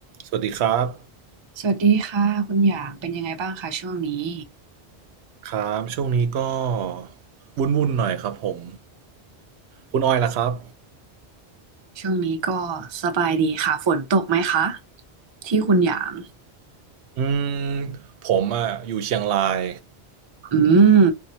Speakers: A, on the right (about 85°); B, on the right (about 35°).
A: สวัสดีครับ
B: สวัสดีค่ะคุณหยางเป็นยังไงบ้างคะช่วงนี้
A: ครับช่วงนี้ก็วุ่นๆหน่อยครับผมคุณออยล่ะครับ
B: ช่วงนี้ก็สบายดีค่ะฝนตกไหมคะที่คุณหยาง
A: อืม ผมอ่ะอยู่เชียงราย
B: อืม